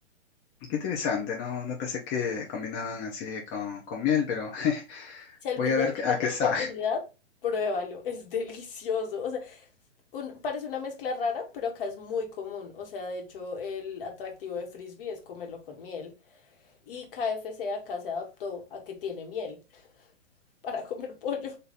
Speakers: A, on the left (about 25°); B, on the left (about 45°).
A: Qué interesante, no, no pensé que combinaban así con, con miel, pero <laughs>
B: Si algún
A: voy a
B: día
A: ver
B: tienes
A: a qué
B: la
A: sabe.
B: oportunidad,
A: <laughs>
B: pruébalo, <laughs> es delicioso. O sea, un- parece una mezcla rara, pero acá es muy común. O sea, de hecho, el atractivo de frisbee es comerlo con miel. Y KFC acá se adaptó a que tiene miel <laughs> para comer pollo.